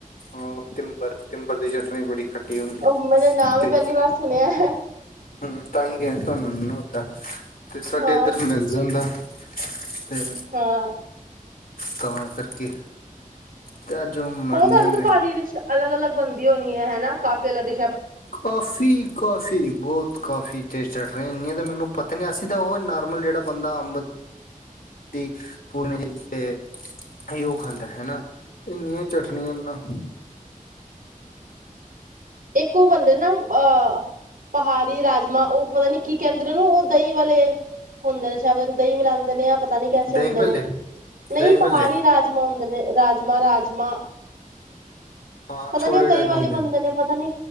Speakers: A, on the left; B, on the right.
A: ਉਹ ਤਿੰਬਰ ਤਿੰਬਰ ਦੀ ਚਟਨੀ ਬੜੀ ਖਟੀ ਹੁੰਦੀ
B: ਉਹ ਮੈਨੇ ਨਾਮ
A: ਤੇ
B: ਹੀ ਪਹਿਲੀ ਵਾਰ ਸੁਣਿਆ ਹੈ
A: ਹੂੰ ਤਾਂ ਤੁਹਾਨੂੰ ਮੈਨੂੰ ਤਾਂ ਤੇ ਸਾਡੇ
B: ਹਾਂ
A: ਇੱਧਰ ਮਿਲ ਜਾਦਾ ਤੇ
B: ਹਾਂ
A: ਤਾਂ ਕਰਕੇ ਤੇ ਜੋ ਮੰਨੇ
B: ਉਹ ਤਾਂ ਅਰਧ ਪਾੜੀ ਵਿੱਚ ਅਲੱਗ ਅਲੱਗ ਬਣਦੀ ਹੋਣੀ ਹੈ ਹਨਾ ਕਾਫੀ ਪਹਿਲਾ ਦੇ
A: ਕਾਫੀ ਕਾਫੀ ਬਹੁਤ ਕਾਫੀ ਚਿਰ ਚੜ ਰਹੇ ਇੰਨੀਆਂ ਤਾਂ ਮੈਨੂੰ ਪਤਾ ਨੀ ਅਸੀਂ ਤਾਂ ਉਹ ਨੋਮਲ ਜਿਹੜਾ ਬੰਦਾ ਅੰਬ ਦੀ ਪੂਦੀਨੇ ਦੀ ਮੇਰੀ ਤੇ ਇਹ ਉਹ ਖਾਂਦਾ ਹਨਾ ਇੰਨੀਆਂ ਚਟਨੀ ਨਾਲ ਨਾਲ <unintelligible>
B: ਇੱਕ ਉਹ ਬੰਦੇ ਨਾ ਅਹ ਪਹਾੜੀ ਰਾਜ ਮਾਂ ਉਹ ਪਤਾ ਨੀ ਕੀ ਕਹਿੰਦੇ ਨੇ ਉਹ ਨੂੰ ਦਹੀਂ ਵਾਲੇ ਹੁੰਦੇ ਨੇ ਸ਼ਾਇਦ ਦਹੀਂ ਮਿਲਾਦੇ ਨੇ ਆ ਪਤਾ ਨੀ ਕੈਸੇ
A: ਦਹੀਂ
B: ਹੁੰਦੇ
A: ਭੱਲੇ
B: ਨੇ ਨਹੀਂ
A: ਦਹੀਂ ਭੱਲੇ
B: ਪਹਾੜੀ ਰਾਜਮਾਂ ਹੁੰਦੇ ਨੇ। ਰਾਜਮਾ ਰਾਜਮਾ
A: ਹਾਂ
B: ਪਤਾ
A: ਛੋਲੇ
B: ਨੀ ਉਹ ਦਹੀਂ
A: ਟਾਈਪ
B: ਵਾਲੇ
A: ਹੁੰਦੇ
B: ਬਣਦੇ ਨੇ। ਨਹੀਂ